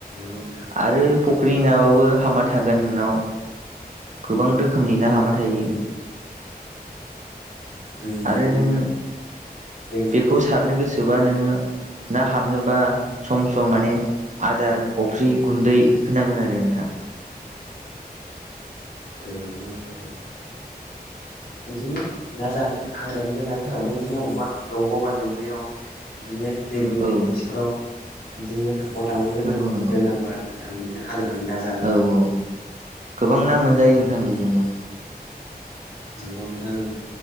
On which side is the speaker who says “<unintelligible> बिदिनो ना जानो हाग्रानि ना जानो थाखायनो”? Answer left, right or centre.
Left